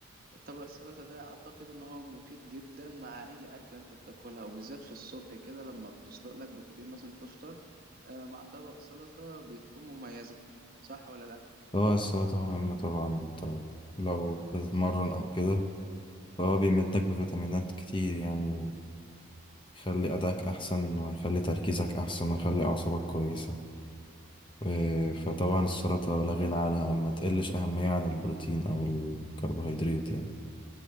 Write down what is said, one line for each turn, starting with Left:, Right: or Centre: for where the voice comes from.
Right: طبق السلطة ده أعتقد إن هو مفيد جدا مع أي أكلة أنت بتاكلها وبالذات في الصبح كده لما بتسلق لك بيضتين مثلا تفطر آه، مع طبق سلطة بتكون مميزة صح ولا لأ؟
Left: هو السلطة مهمة طبعا طب لو بتتمرن أو كده فهو بيمدك بفيتامينات كتير يعني ويخلي أداك أحسن وهيخلي تركيزك أحسن ويخلي أعصابك كويسة و- فطبعا السلطة لا غنى عنها ما تقلش أهمية عن البروتين أو الكربوهيدرات يعني